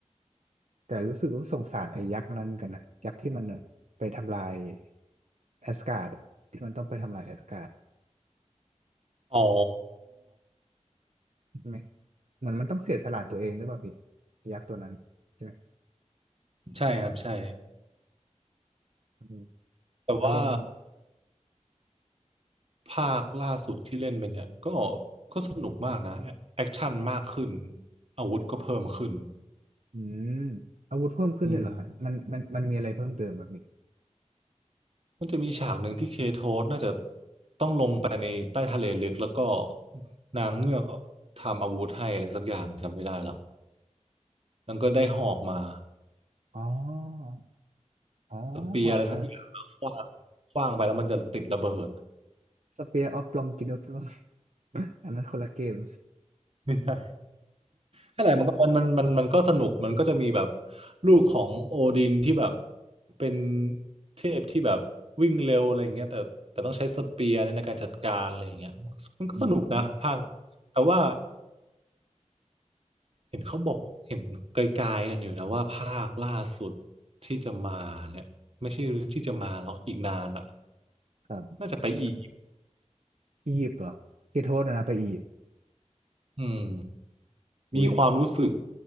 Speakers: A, on the right; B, on the right.
A: แต่รู้สึกว่าสงสารไอ้ยักษ์นั้นเหมือนกันนะ ยักษ์ที่มันไปทำลายแอสการ์ดที่มันต้องไปทำลายแอสการ์ด
B: อ๋อ
A: ใช่ไหม เหมือนมันต้องเสียสละตัวเองหรือเปล่าพี่ยักษ์ตัวนั้นใช่ไหม
B: ใช่ครับใช่
A: อืม
B: แต่ว่า
A: อารมณ์
B: ภาคล่าสุดที่เล่นไปเนี่ยก็ก็สนุกมากนะแอคชั่นมากขึ้นอาวุธก็เพิ่มขึ้น
A: อืมอาวุธเพิ่มขึ้นด้วยเหรอฮะมันมันมันมีอะไรเพิ่มเติมแบบนี้
B: อืมมันจะมีฉากหนึ่งที่เคโทสน่าจะต้องลงไปในใต้ทะเลลึกแล้วก็นางเงือกทำอาวุธให้อะไรสักอย่างจำไม่ได้แล้วมันางก็ได้หอกมา
A: อ๋ออ๋อหอกอ่า
B: สเปียร์อะไรสักอย่างขว้างขว้างไปแล้วมันจะติดระเบิด
A: สเปียร์ออฟลองกินอต <laughs> อันนั้นคนละเกม
B: ไม่ใช่นั่นแหละมันก็มันมันมันมันก็สนุกมันก็จะมีแบบลูกของโอดินที่แบบเป็นเทพที่แบบวิ่งเร็วอะไรอย่างเงี้ยแต่แต่ต้องใช้สเปียร์ในการจัดการอะไรอย่างเงี้ยมันก็สนุกนะภาค
A: อืม
B: แต่ว่าเห็นเขาบอกเห็นไกลๆกันอยู่นะว่าภาคล่าสุดที่จะมาเนี่ยไม่ใช่ที่จะมาหรอกอีกนานอ่ะ
A: ครับ
B: น่าจะไปอีก
A: อียิปต์เหรอเคโทษนะนะไปอียิปต์
B: อืม
A: อุ้ย
B: มีความรู้สึก